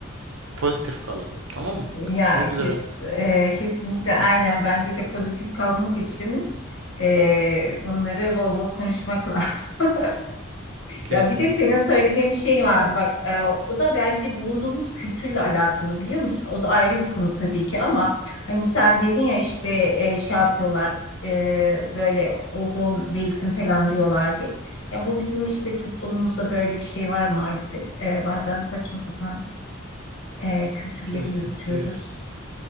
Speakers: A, on the right (about 80°); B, on the left (about 65°).
A: pozitif kalalım. Tamam mı?
B: Ya
A: Görüşmek
B: kes,
A: üzere.
B: e, kesinlikle aynen bence de pozitif kalmak için e, bunları bol bol konuşmak <laughs> lazım.
A: Kesinlikle.
B: Ya bir de senin söylediğin bir şey vardı bak e, o da bence bulunduğumuz kültürle alakalı biliyor musun? O da ayrı bir konu tabii ki ama hani sen dedin ya işte e, şey yapıyorlar e, böyle olgun değilsin falan diyorlar diye. Ya bu bizim işte toplumumuzda böyle bir şey var maalesef. E, bazen saçma sapan e, kültürleri
A: Kesinlikle
B: yürütüyoruz.
A: öyle.